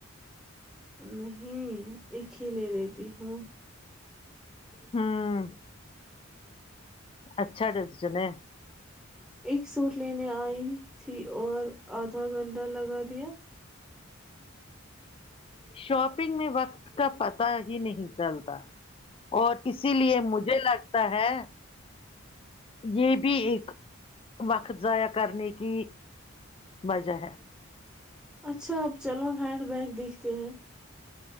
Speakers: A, in the centre; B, on the left.
A: نہیں ایک ہی لے لیتی ہوں
B: ہاں اچھا ڈس ج میں
A: ایک سور لینے آئی تھی اور آدھا گھنٹہ لگا دیا
B: شاپنگ میں وقت کا پتہ ہی نہیں چلتا اور اسی لیے مجھے لگتا ہے یہ بھی ایک وقت ضائع کرنے کی وجہ ہے
A: اچھا اپ چلو ہینڈ بیگ دیکھتے ہیں